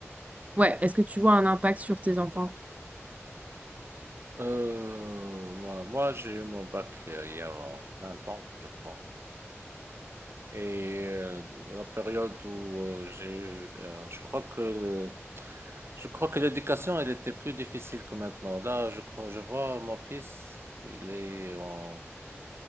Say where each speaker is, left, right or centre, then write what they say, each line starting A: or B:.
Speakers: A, on the right; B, on the right.
A: Ouais, est-ce que tu vois un impact sur tes enfants?
B: Euh, moi, moi, j'ai eu mon bac euh, il y a euh, 20 ans, je crois. Et euh, la période où euh, j'ai eu, euh, je crois que, je crois que l'éducation, elle était plus difficile que maintenant. Là, je crois, je vois mon fils, il est en,